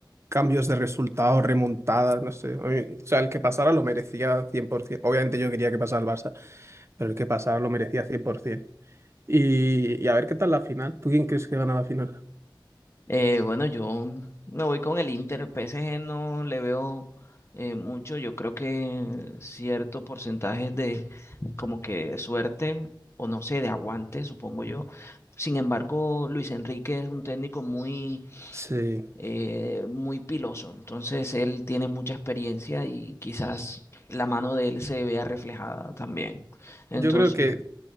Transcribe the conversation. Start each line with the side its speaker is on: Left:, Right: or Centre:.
Right: cambios de resultados, remontadas, no sé. A mí- o sea, el que pasara lo merecía 100%. Obviamente yo quería que pasara el Barça, pero el que pasara lo merecía 100%. Y, y a ver qué tal la final. ¿Tú quién crees que gana la final?
Left: Eh, bueno, yo me voy con el Inter. PSG no le veo eh, mucho. Yo creo que cierto porcentaje de como que suerte o no sé, de aguante, supongo yo. Sin embargo, Luis Enrique es un técnico muy,
Right: Sí.
Left: eh, muy piloso. Entonces, él tiene mucha experiencia y quizás la mano de él se vea reflejada también. Entonces,
Right: Yo creo que